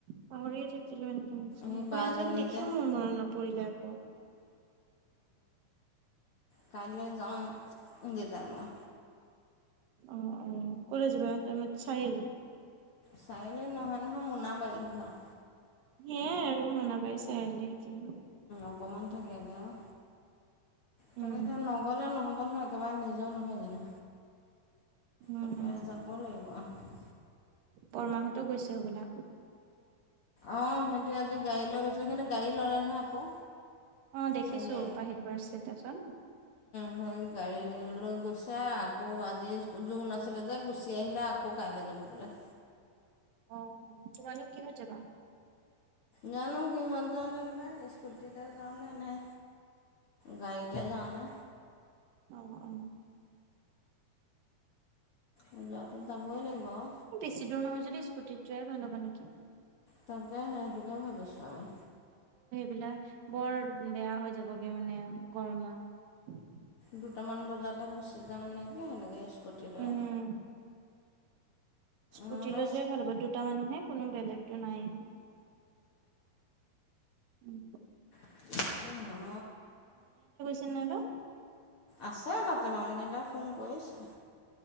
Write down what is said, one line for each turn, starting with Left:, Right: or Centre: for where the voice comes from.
Right: পাহৰিয়ে থাকিচো তিলন দি আহিছো
Left: সেই বাজনী
Right: কইনাজনী দেখিও
Left: যে
Right: মোৰ মনত নপৰিলে আকৌ
Left: কাইলৈ যাওঁ যেটাই মই
Right: অ অ কলে যাবা তাৰ মানে চাৰি আলি
Left: চাৰিআলি নহয় নহয় মোনাবাৰীত ঘৰ
Right: সেয়াই আৰু শুনা পাইছ গে
Left: অকমান থাকে গে আউ থাকে
Right: উম
Left: এতিয়া নগলেওঁ নহব ব নহয় একেবাৰে নিজৰ নহয় জানো
Right: উম
Left: তাপা যাব লাগিব আৰু
Right: বৰমা হটো গৈছে হ'বলা
Left: অ সিহঁতে আজি গাড়ী লৈ গৈছিলো সিহতে গাড়ী ল'লে নহয় আকৌ
Right: অ দেখিছো
Left: আজি
Right: বাহিৰ বছিল তাচোন
Left: স গাড়ী লৈ গৈছে আকৌ আজি জোৰোন আছিলে যে গুচি আহিলে আকৌ কাইলৈ যাব ল <unintelligible>
Right: অ অ তোমালোক কিহত যাবা
Left: জানো কিহত যানে দাদা স্কুটিতে যাওঁনে নাই গাড়ীতে যাওনে
Right: আহ অ
Left: যোৱাতো যাবই লাগিব আৰু
Right: বেছি দূৰ নহয় যদি স্কুটিত যোৱাই ভাল হ'বা নেকি
Left: তাকে সেইটোকে ভাবিছো আমি
Right: বিলাক বৰ বেয়া হৈ যাবগে মানে গৰমত
Left: দুটামান বজাতে গুচি যাম নেকি সেনেকৈ স্কুটি লৈ
Right: উম স্কুটি
Left: নহ'লে
Right: লৈ যোৱাই ভাল হ'ব দুটা মানুহে কোনো বেলেগতটো নাই উম
Left: <inaudible>
Right: চেন্নাইলৈ
Left: আছে তাতে মামিনী এটাই ফোন কৰিছে